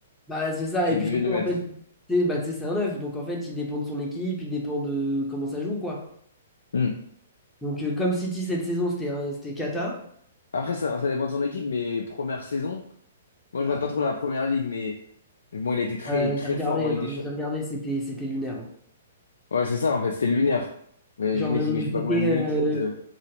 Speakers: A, in the centre; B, on the left (about 70°).
A: bah, c'est ça.
B: tu
A: Et
B: es
A: puis
B: obligé
A: surtout,
B: de le mettre.
A: en fait, tu sais, bah, tu sais, c'est un neuf. Donc, en fait, il dépend de son équipe, il dépend de comment ça joue, quoi.
B: Hmm.
A: Donc, euh, comme City cette saison, c'était un- c'était cata.
B: Après, ça, ça dépend de son équipe, mais première saison, moi, je
A: Ah,
B: vois pas trop la première ligue, mais bon, il a été très,
A: ouais,
B: très
A: j'ai regardé,
B: fort en Ligue
A: hein,
B: des Champions.
A: j'ai regardé, c'était c'était lunaire. hein.
B: Ouais, c'est ça, en fait, c'était lunaire. Mais
A: Genre,
B: les mecs,
A: le-
B: ils mettent je sais pas
A: c'était
B: combien de
A: euh,
B: buts. euh,